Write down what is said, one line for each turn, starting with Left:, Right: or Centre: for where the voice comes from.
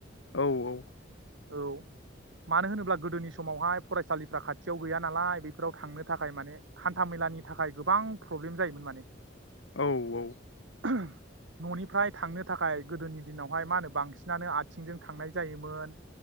Left: औ औ
Right: औ मानो होनोब्ला गोदोनि समावहाय फरायसालिफ्रा खाथियाव गैया नालाय बेफोराव थांनो थाखाय माने हान्था मेलानि थाखाय गोबां प्रब्लेम जायोमोन माने
Left: औ औ
Right: <inaudible> न'निफ्राय थांनो थाखाय गोदोनि दिनावहाय मा होनो बांसिनानो आथिंजों थांनाय जायोमोन